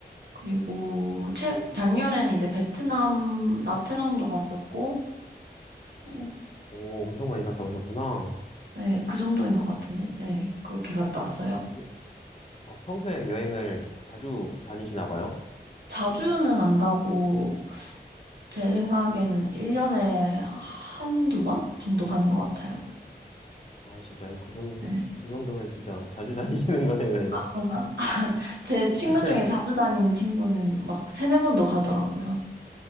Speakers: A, on the right (about 75°); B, on the left (about 40°).
A: 그리고 최, 작년에는 이제 베트남 나트랑도 갔었고, 어,
B: 오, 엄청 많이 갔다 오셨구나.
A: 네, 그 정도인 것 같은데, 네, 그렇게 갔다 왔어요.
B: 여- 어, 평소에 여행을 자주 다니시나 봐요?
A: 자주는 안 가고, 제 생각에는 1년에 한두 번 정도 가는 것 같아요.
B: 아, 진짜요? 그 정도,
A: 네.
B: 그 정도면 진짜 자주 <laughs> 다니시는 거네, 그래도.
A: 아, 그런가? 제 친구
B: <laughs>
A: 중에 자주 다니는 친구는 막 세네 번도 가더라고요.